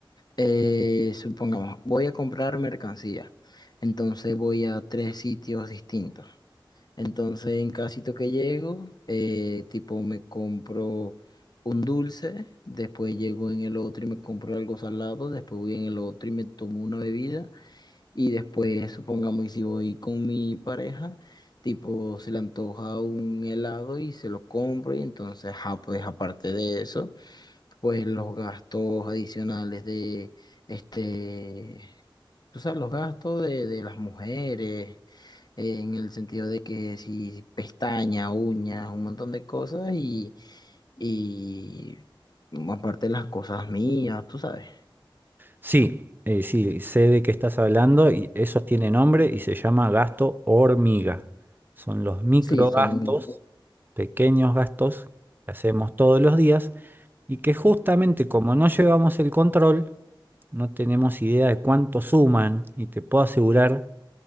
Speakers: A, on the left; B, on the right.
A: Eh, supongamos, voy a comprar mercancía, entonces voy a tres sitios distintos. Entonces, en cada sitio que llego, eh, tipo me compro un dulce, después llego en el otro y me compro algo salado, después voy en el otro y me tomo una bebida y después, supongamos, y si voy con mi pareja, tipo se le antoja un helado y se lo compro y entonces, ajá, pues aparte de eso pues los gastos adicionales de, este, tú sabes, los gastos de, de las mujeres, eh, en el sentido de que si pestañas, uñas, un montón de cosas y, y mm, aparte las cosas mías, tú sabes.
B: Sí, eh, sí, sé de qué estás hablando y eso tiene nombre y se llama gasto hormiga. Son los microgastos,
A: Sí, son,
B: pequeños gastos que hacemos todos los días y que justamente como no llevamos el control, no tenemos idea de cuánto suman y te puedo asegurar